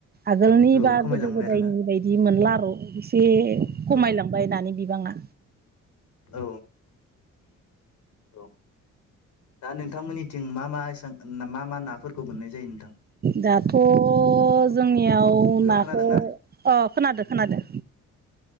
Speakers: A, on the right; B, on the left.
A: आगोलनि
B: औ
A: बा
B: खमायलांबाय
A: गोदो गोदायनि
B: आरोना
A: बायदि मोनला र' एसे खमायलांबाय
B: औ
A: बिबाङा
B: औ औ दा नोंथांमोननिथिं मा मा एसां मा मा नाफोरखौ मोननाय जायो नोंथां।
A: दाथ' जोंनियाव
B: हेलौ
A: नाखौ
B: खोनादोंना
A: अ खोनादो खोनादो।